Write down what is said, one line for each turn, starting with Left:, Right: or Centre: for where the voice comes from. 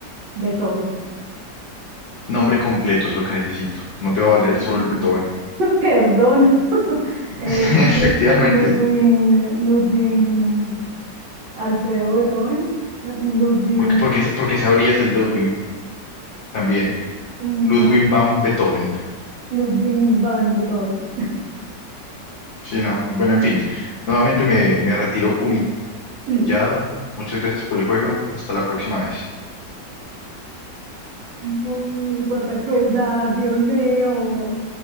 Right: Beethoven.
Left: Nombre completo es lo que necesito. No te va a valer solo
Right: <laughs>
Left: el Beethoven.
Right: Perdón. <laughs>
Left: <laughs>
Right: Eh, Lud-
Left: Efectivamente.
Right: Ludwig, Ludwig, Alfredo Beethoven, eh, Ludwig,
Left: Porque, porque, porque sabrías el Ludwig. también.
Right: no.
Left: Ludwig van Beethoven.
Right: Ludwig van Beethoven.
Left: Sí, no, no, bueno, en fin. Nuevamente me, me retiro humillado.
Right: <laughs>
Left: Muchas gracias por el juego. Hasta la próxima vez.
Right: Uy, cuánta crueldad, Dios mío.